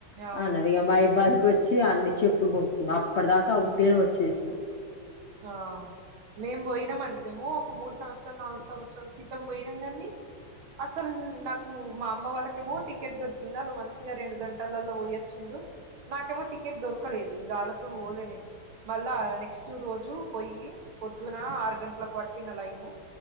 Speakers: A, on the right (about 70°); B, on the left (about 80°).
A: అవును
B: అన్నారూ. ఇక మరి బయటికి వచ్చి అన్నీ చెప్పులు కొనుక్కున్నాము. అప్పటి దాకా ఒట్టిగానే వచ్చేసినాం.
A: ఆ మేము పోయినాం అండి. మేము ఒక మూడు సంవత్సరాలు నాలుగు సంవత్సరాల క్రితం పోయినాం కానీ అసలు నాకు మా అమ్మ వాళ్ళకేమో టికెట్ దొరికింది. వాళ్ళు మంచిగా రెండు గంటలలో పోయొచ్చిండ్రు. నాకేమో టికెట్ దొరకలేదు. నేను వాళ్తోను పోలే నేను. మళ్ళా నెక్స్ట్ రోజు పోయి పొద్దున ఆరు గంటలకు పట్టిన లైను.